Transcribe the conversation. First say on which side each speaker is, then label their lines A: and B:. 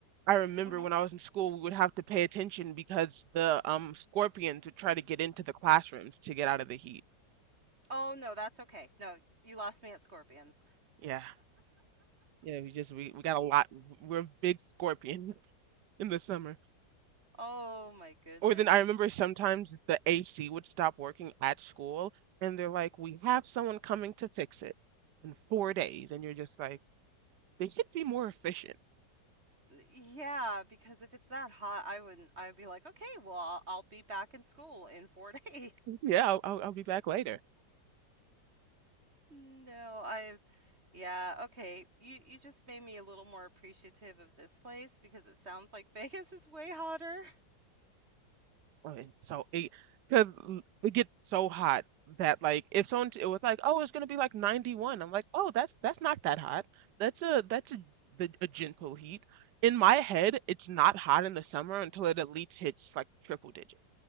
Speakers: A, on the right; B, on the right.
A: I remember
B: Mhm.
A: when I was in school, we would have to pay attention because the um scorpions would try to get into the classrooms to get out of the heat.
B: "Oh no, that's okay. No, you lost me at Scorpions."
A: Yeah, yeah. We just we we got a lot. We're big scorpion <laughs> in the summer.
B: Oh my goodness.
A: Or then I remember sometimes the AC would stop working at school, and they're like, "We have someone coming to fix it in four days," and you're just like. They should be more efficient.
B: Yeah, because if it's that hot, I wouldn't I'd be like, "Okay, well, I'll, I'll be back in school in 4 <laughs> days."
A: Yeah, I'll, I'll, I'll be back later.
B: No, I, yeah, okay. You you just made me a little more appreciative of this place because it sounds like <laughs> Vegas is way hotter.
A: Okay, so it because it gets so hot that like if someone t- it was like, oh, it's gonna be like 91. I'm like, oh, that's that's not that hot. That's a that's a the- a gentle heat. In my head, it's not hot in the summer until it at least hits like triple digit